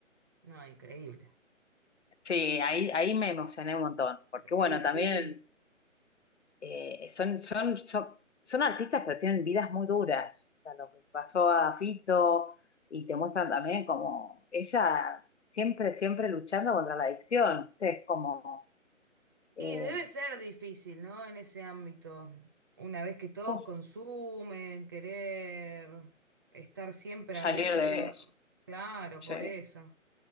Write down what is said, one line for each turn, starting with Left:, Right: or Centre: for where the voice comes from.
Right: No, increíble.
Left: Sí, ahí, ahí me emocioné un montón, porque bueno,
Right: Y sí,
Left: también eh, son, son, son, son artistas, pero tienen vidas muy duras. O sea, lo que pasó a Fito, y te muestran también como ella siempre, siempre luchando contra la adicción. O Es como, eh,
Right: y debe ser difícil, ¿no? En ese ámbito. Una vez que todos
Left: Uf,
Right: consumen, querer estar siempre
Left: salir
Right: arriba.
Left: de eso.
Right: Claro,
Left: Sí,
Right: por eso.